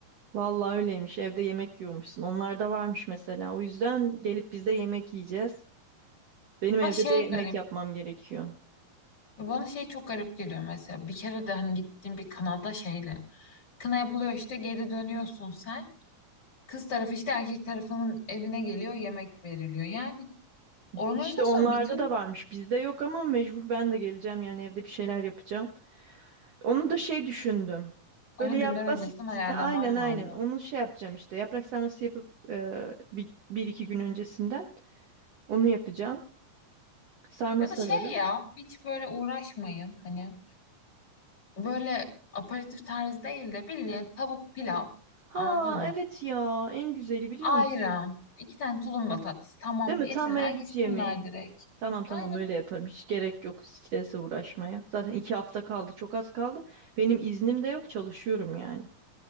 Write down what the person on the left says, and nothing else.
Ha şey
garip.
Bana şey çok garip geliyor mesela. Bir kere de hani gittiğim bir kınada şeyle. Kına yapılıyor işte geri dönüyorsun sen. Kız tarafı işte erkek tarafının evine geliyor yemek veriliyor. Yani organizasyon
bitmiş.
Onu
günler öncesinden
ayarlaman
lazım.
Ya
da şey ya hiç böyle uğraşmayın. Hani böyle aperatif tarzı değil de bildiğin tavuk pilav.
Anladın mı?
Ayran.
iki tane tulumba tatlısı. Tamam
yesinler
gitsinler
direkt.
Aynen.